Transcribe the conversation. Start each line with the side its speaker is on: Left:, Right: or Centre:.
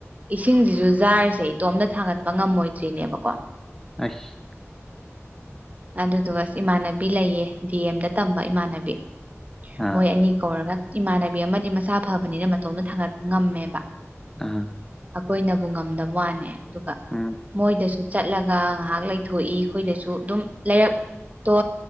Right: ꯏꯁꯤꯡꯁꯤꯁꯨ ꯖꯥꯔꯁꯦ ꯏꯇꯣꯝꯇ ꯊꯥꯡꯒꯠꯄ ꯉꯝꯃꯣꯏꯗ꯭ꯔꯤꯅꯦꯕꯀꯣ
Centre: ꯑꯩꯁ
Right: ꯑꯗꯨꯗꯨꯒꯁ ꯏꯃꯥꯟꯅꯕꯤ ꯂꯩꯌꯦ ꯗꯤ ꯑꯦꯝꯗ ꯇꯝꯕ ꯏꯃꯥꯟꯅꯕꯤ
Centre: ꯑꯥ
Right: ꯃꯣꯏ ꯑꯅꯤ ꯀꯧꯔꯒ ꯏꯃꯥꯟꯅꯕꯤ ꯑꯃꯗꯤ ꯃꯁꯥ ꯐꯕꯅꯤꯅ ꯃꯇꯣꯝꯇ ꯊꯥꯡꯒꯠꯄ ꯉꯝꯃꯦꯕ
Centre: ꯑ
Right: ꯑꯩꯈꯣꯏꯅꯕꯨ ꯉꯝꯗꯕ ꯋꯥꯅꯦ ꯑꯗꯨꯒ
Centre: ꯎꯝ
Right: ꯃꯣꯏꯗꯁꯨ ꯆꯠꯂꯒ ꯉꯥꯏꯍꯥꯛ ꯂꯩꯊꯣꯛꯏ ꯑꯩꯈꯣꯏꯗꯁꯨ ꯑꯗꯨꯝ ꯂꯩꯔꯛꯇꯣ